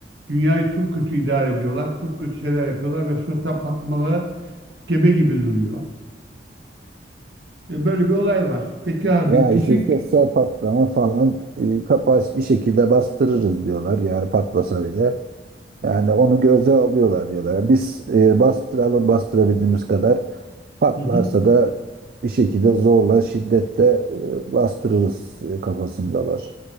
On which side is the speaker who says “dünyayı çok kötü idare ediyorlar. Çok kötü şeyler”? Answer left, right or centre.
Right